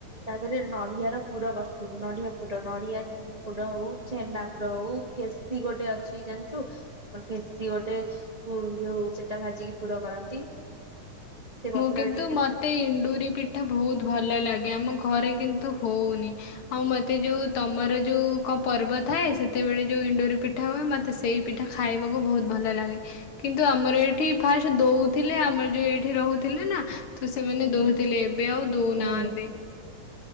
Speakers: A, on the right; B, on the left.
A: ତା ଦେହରେ ନଡିଆ ର ପୁର କରିଥିବୁ ନଡିଆ ପୁର। ନଡିଆ ଚିନି ପୁଡ ହଉ ଛେନା ପୁଡ ହଉ ଫେସି ଗୋଟେ ଅଛି ଜାଣିଚୁ। ଫେସି ସି ଗୋଟେ ପୁ ଯୋଉ ସେଟା ଭାଜିକି ପୁର କରନ୍ତି। ସେ
B: ମୁଁ
A: ପତ୍ରରେ
B: କିନ୍ତୁ
A: ଟିକେ
B: ମତେ ଇଣ୍ଡୁରି ପିଠା ବହୁତ ଭଲ ଲାଗେ। ଆମ ଘ ଘରେ କିନ୍ତୁ ହଉନି ଆଉ ମତେ ଯୋଉ ତମର ଯୋଉ କଁ ପର୍ବ ଥାଏ ସେତେବେଳେ ଯୋଉ ଏଣ୍ଡୁରି ପିଠା ହୁଏ। ମତେ ସେଇ ପିଠା ଖାଇବାକୁ ବହୁତ ଭଲ ଲାଗେ। କିନ୍ତୁ ଆମର ଏଠି ଫାଷ୍ଟ ଦଉ ଥିଲେ ଆମର ଯୋଉ ଏଇଠି ରହୁଥିଲେ ନା ତ ସେମାନେ
A: ହୁଁ
B: ଦଉଥିଲେ। ଏବେ ଆଉ ଦଉନାହାନ୍ତି।
A: ହୁଁ